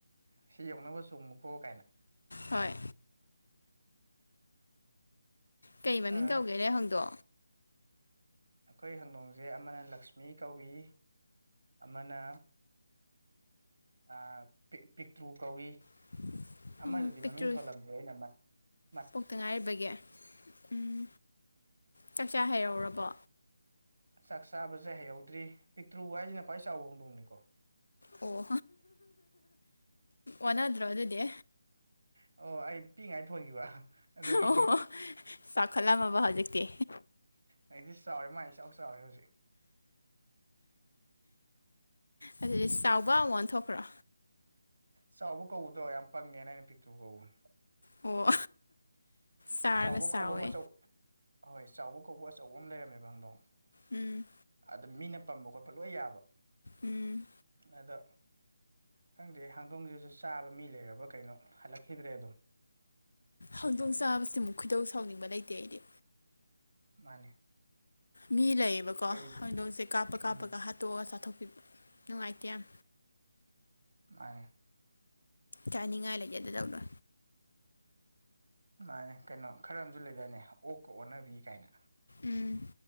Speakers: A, on the right; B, on the left.
A: ꯁꯤ ꯌꯧꯅꯕ ꯆꯣꯡꯉꯨꯀꯣ ꯀꯥꯏꯅ
B: ꯍꯣꯏ ꯀꯩ ꯃꯃꯤꯡ
A: ꯑ
B: ꯀꯧꯒꯦꯅꯦ ꯍꯪꯗꯣ
A: ꯑꯩꯈꯣꯏ ꯍꯪꯗꯣꯡꯁꯦ ꯑꯃꯅ ꯂꯛꯁꯃꯤ ꯀꯧꯏ ꯑꯃꯅ ꯑ ꯄꯤꯛ ꯄꯤꯛꯇ꯭ꯔꯨ ꯀꯧꯏ
B: <inaudible>
A: ꯑꯃꯗꯨꯗꯤ
B: ꯄꯤꯛꯇ꯭ꯔꯨ
A: ꯃꯃꯤꯡ ꯊꯣꯜꯂꯝꯗꯦ ꯑꯩꯅ ꯑꯃ
B: ꯄꯣꯛꯇ ꯉꯥꯏꯔꯤꯕꯒꯦ ꯎꯝ ꯆꯥꯛꯆꯥ ꯍꯩꯔꯧꯔꯕꯣ
A: ꯆꯥꯛ ꯆꯥꯕꯁꯦ ꯍꯩꯍꯧꯗ꯭ꯔꯤ ꯄꯤꯛꯇ꯭ꯔꯨ ꯍꯥꯏꯁꯤꯅ ꯈ꯭ꯋꯥꯏ ꯆꯥꯎꯕ ꯍꯧꯗꯣꯡꯅꯤꯀꯣ
B: ꯑꯣ ꯑꯣꯅꯗ꯭ꯔꯣ ꯑꯗꯨꯗꯤ
A: ꯑꯣ ꯑꯩ ꯄꯤꯛꯉꯥꯏ ꯊꯣꯟꯈꯤꯕ ꯑꯗꯨꯒꯤ
B: ꯑꯣ ꯆꯥꯎꯈꯠꯂꯝꯃꯕ ꯍꯧꯖꯤꯛꯇꯤ
A: ꯑꯩꯗꯤ ꯆꯥꯎꯔꯦ ꯃꯥ ꯆꯥꯎ ꯆꯥꯎꯔꯦ ꯍꯧꯖꯤꯛ
B: ꯑꯗꯨꯗꯤ ꯆꯥꯎꯕ ꯑꯃꯨꯛ ꯑꯣꯟꯊꯣꯛꯈ꯭ꯔꯣ
A: ꯆꯥꯎꯕ ꯀꯧꯕꯗꯣ ꯌꯥꯝ ꯄꯪꯉꯦꯅ ꯑꯩꯅ ꯄꯤꯛꯇꯔꯨ ꯀꯧꯕꯅꯦ
B: ꯑꯣ ꯆꯥꯔꯒ
A: ꯆꯥꯎꯕ
B: ꯆꯥꯎꯋꯦ
A: ꯀꯧꯕ ꯑꯃ ꯑꯆꯧ ꯍꯣꯏ ꯆꯥꯎꯕ ꯀꯧꯕ ꯑꯆꯧꯕ ꯑꯃ ꯂꯩꯔꯝꯃꯦꯕ ꯍꯪꯗꯣ
B: ꯎꯝ
A: ꯑꯗꯨ ꯃꯤꯅ ꯄꯝꯕ ꯈꯣꯠꯄ ꯂꯣꯏ ꯌꯥꯕ
B: ꯎꯝ
A: ꯑꯗꯣ ꯈꯪꯗꯦ ꯍꯪꯗꯣꯡꯁꯤꯁꯨ ꯆꯥꯕ ꯃꯤ ꯂꯩꯔꯕ ꯀꯩꯅꯣ ꯍꯜꯂꯛꯈꯤꯗ꯭ꯔꯦ ꯑꯗꯨꯝ
B: ꯍꯧꯗꯣꯡ ꯆꯥꯕꯁꯤꯃꯨꯛ ꯈꯨꯗꯧ ꯁꯥꯎꯅꯤꯡꯕ ꯂꯩꯇꯦ ꯑꯩꯗꯤ
A: ꯃꯥꯅꯦ
B: ꯃꯤ ꯂꯩꯌꯦꯕꯀꯣ
A: ꯀꯩ
B: ꯍꯧꯗꯣꯡꯁꯦ ꯀꯥꯞꯄ ꯀꯥꯞꯄꯒ
A: ꯎꯝ
B: ꯍꯥꯠꯇꯣꯑꯒ ꯆꯥꯊꯣꯛꯄꯤꯕ ꯅꯨꯡꯉꯥꯏꯇꯦ ꯌꯥꯝ
A: ꯃꯥꯅꯦ
B: ꯆꯥꯅꯤꯡꯉꯥꯏ ꯂꯩꯖꯗꯗꯧꯅ
A: ꯃꯥꯅꯦ ꯀꯩꯅꯣ ꯈꯔ ꯑꯃꯁꯨ ꯂꯩꯗꯅꯦ ꯑꯣꯛꯀ ꯑꯣꯟꯅꯕꯤ ꯀꯥꯏꯅ
B: ꯎꯝ